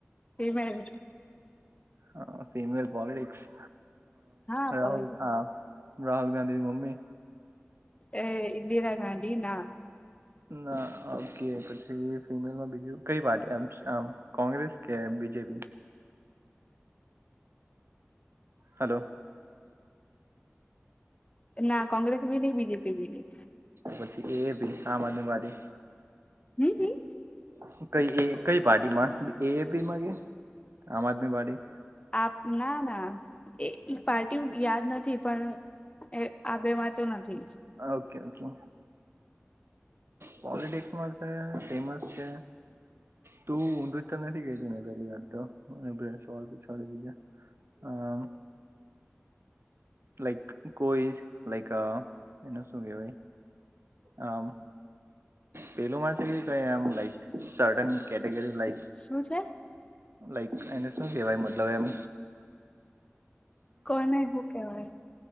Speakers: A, on the left; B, on the right.
A: ફીમેલ
B: હા ફિમેલ પોલિટિક્સ
A: હા પડેલું
B: રાહુલ રાહુલ ગાંધીની મમ્મી
A: એ ઈન્દિરા ગાંધી ના
B: ના ઓકે પછી ફિમેલમાં બીજું કઈ પાર્ટીમ આમ કોંગ્રેસ કે બીજે <inaudible> હલો
A: ના કોંગ્રેસ બી નહી બીજેપી બી નહી
B: પછી એ ભી આમ આદમી
A: હમ
B: <inaudible> ક એ કઈ પાર્ટીમાં એપી માં કે આમ આદમી પાર્ટી?
A: આપ ના ના એ ઈ પાર્ટી યાદ નથી પણ એ આ બે માં તો નથી.
B: ઓકે ઓકે પોલિટિક્સમાં છે ફેમસ છે. તું ઊંધું જ નથી કેથીપેલી વાત તો મને સવાલ પુછવાની લીઘે હમ લાઈક કોઈ લાઈક એનું શું કેવાય આ પેલું મા ક એમ લાઈક સર્ટન કેટેગરી લાઈક
A: શું છે
B: લાઈક એને શું કેવાય મતલબ એમ
A: કોને શું કવાય